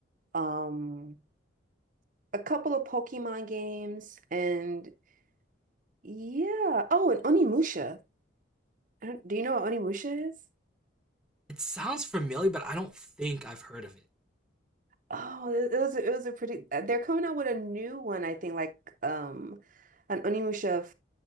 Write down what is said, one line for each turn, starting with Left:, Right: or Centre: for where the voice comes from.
Right: Um, a couple of Pokemon games, and yeah. Oh, and Onimusha. I don't- Do you know what Onimusha is?
Centre: it sounds familiar, but I don't think I've heard of it.
Right: Oh, it it was a- it was a pretty. They're coming out with a new one, I think, like um an Onimusha